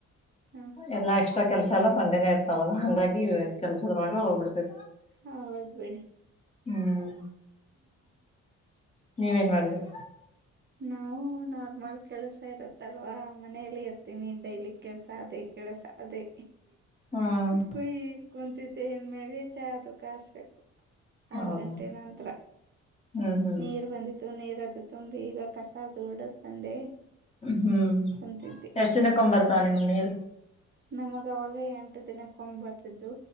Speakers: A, on the right; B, on the left.
A: ಹಾ
B: ಎಲ್ಲಾ ಎಕ್ಸ್ಟ್ರಾ ಕೆಲ್ಸ ಎಲ್ಲ ಸೊಂಡೆನ ಇರ್ತ ಲ್ಲ ಹಂಗಾಗಿ ಕೆಲ್ಸದವಾಗ ಹೋಗ್ಬಿಡ್ತೈತಿ
A: ಹಾ ಹೌದ್ಬೇಡಿ
B: ಹ್ಮ್ ನೀವೇನ್ ಮಾಡಿದ್ರಿ
A: ನಾವು ನಾರ್ಮಲ್ ಕೆಲ್ಸ ಇರತ್ತಲ್ವಾ ಮನೇಲಿ ಇರ್ತೀನಿ ಡೈಲಿ ಕೆಲ್ಸ ಅದೇ ಕೆಳಸ ಅದೇ
B: ಹ್ಮ್
A: ಕೊಹಿ ಕುಂತಿದ್ದನ್ ಮೇಲೆ ಚಾ ಅದು ಕಸ್ಬೇಕು
B: ಹೌದ
A: ಆರು ಗಂಟೆ ನಂರ
B: ಹ್ಮ್ ಹ್ಮ್
A: ನೀರ್ ಬಂದಿದ್ು ನೀರದು್ರೆ ತುಂಬಿ ಈಗ ಕಸ ಅದು ಓಡದು ತಂದೆ
B: ಹ್ಮ್
A: ಕುಂತಿದ್ದೆ
B: ಎಷ್ಟ್ ದಿನಕ್ಕೊಂಬರ್ತಾವ ನಿಮ್ ನೀರು
A: ನಮಗ ಅವಾಗ ಎಂಟ್ದಿನ ಕೊಂಡ್ ಬರ್ತಿದ್ದು